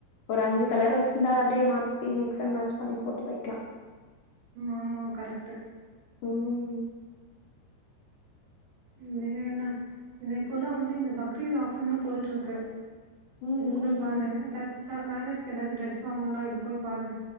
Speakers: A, on the left (about 60°); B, on the right (about 80°).
A: ஒரு அஞ்சு கலர் வச்சிருந்தா அப்படியே மாத் தி மிக்ஸ்சா மேட்ச் பண்ணி போட்டு போய்கக்கலாம்
B: ஆமா கரெக்ட்டு
A: ம்.
B: இனிமே என்ன இத இப்போல்லாம் வந்து இந்த பக்ரீத் ஆஃபர்ன்னு போயிட்டு இருக்கு
A: ம், ம்,
B: அது கூட பாருன்
A: ம்.
B: ஏதாச்சும் மேரேஜ்க எதாச்சும் டிரெஸ் வாங்குவும்னா இது போய் பாரு